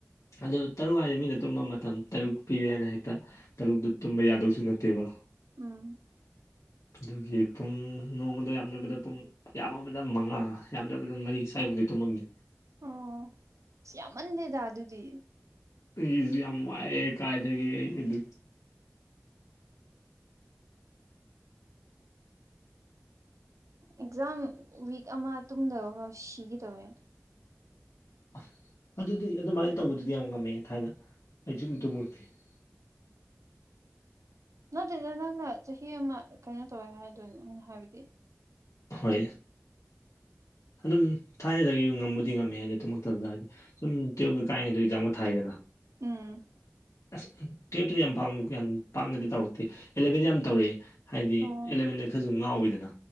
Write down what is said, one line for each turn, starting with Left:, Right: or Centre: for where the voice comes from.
Left: ꯑꯗꯨ ꯇꯔꯨꯛ ꯍꯥꯏꯗꯤ ꯃꯤꯅ ꯇꯨꯝꯕ ꯃꯇꯝ ꯇꯔꯨꯛ ꯄꯤꯔꯦ ꯍꯥꯏꯅ ꯍꯦꯛꯇ ꯇꯔꯨꯛꯇ ꯇꯨꯝꯕ ꯌꯥꯗꯧꯁꯨ ꯅꯠꯇꯦꯕ꯫
Right: ꯎꯝ꯫
Left: ꯑꯗꯨꯒꯤ ꯄꯨꯡ ꯅꯣꯡꯃꯗ ꯌꯥꯝꯗ꯭ꯔꯕꯗ ꯄꯨꯡ ꯌꯥꯝꯑꯕꯗ ꯃꯉꯥ ꯌꯥꯝꯗ꯭ꯔꯕꯗ ꯃꯔꯤ ꯁꯥꯏ ꯇꯨꯝꯗꯤ ꯇꯨꯝꯑꯝꯅꯤ꯫
Right: ꯑꯣ ꯁ ꯌꯥꯃꯟꯗꯦꯗ ꯑꯗꯨꯗꯤ꯫
Left: ꯑꯩꯁꯨ ꯌꯥꯝ ꯋꯥꯏꯑꯦ ꯀꯥꯏꯗꯒ ꯑꯩ ꯑꯗꯨ
Right: ꯑꯦꯛꯖꯥꯝ ꯋꯤꯛ ꯑꯃ ꯇꯨꯝꯗꯕ ꯁꯤꯒꯦ ꯇꯧꯋꯦ꯫
Left: ꯑꯁ ꯑꯗꯨꯗꯤ ꯑꯗꯨꯃꯥꯏꯅ ꯇꯧꯕꯗꯨꯗꯤ ꯌꯥꯝ ꯉꯝꯃꯦ ꯊꯥꯏꯅ ꯑꯩꯁꯨꯨꯝ ꯇꯨꯝꯃꯨꯔꯛꯇꯦ꯫ <unintelligible>
Right: ꯅꯠꯇꯦꯗ ꯅꯪꯅ ꯆꯍꯤ ꯑꯃ ꯀꯩꯅꯣ ꯇꯧꯋꯦ ꯍꯥꯏꯗꫭ ꯑꯩꯅ ꯍꯥꯏꯕꯗꯤ
Left: ꯍꯣꯏ ꯑꯗꯨꯝ ꯊꯥꯏꯅꯗꯒꯤ ꯉꯝꯕꯨꯗꯤ ꯉꯝꯃꯦ꯫ ꯑꯗꯨ ꯇꯨꯝꯃꯛꯇꯕꯗ ꯍꯥꯏꯗꯤ ꯁꯨꯝ ꯇꯨꯌꯦꯞ ꯀꯥꯏꯉꯩꯗ ꯑꯦꯛꯖꯥꯝꯒ ꯊꯥꯏꯗꯅ꯫
Right: ꯎꯝ꯫
Left: ꯑꯁ ꯇꯨꯑꯦꯞꯇꯗꯤ ꯌꯥꯝ ꯄꯥꯡ ꯌꯥꯝ ꯄꯥꯛꯅꯗꯤ ꯇꯧꯔꯛꯇꯦ ꯑꯦꯂꯚꯦꯟꯗ ꯌꯥꯝ ꯇꯧꯔꯛꯦ꯫ ꯍꯥꯏꯗꯤ
Right: ꯑꯣ
Left: ꯑꯦꯂꯚꯦꯟꯗ ꯈꯔꯁꯨ ꯉꯥꯎꯋꯤꯗꯅ꯫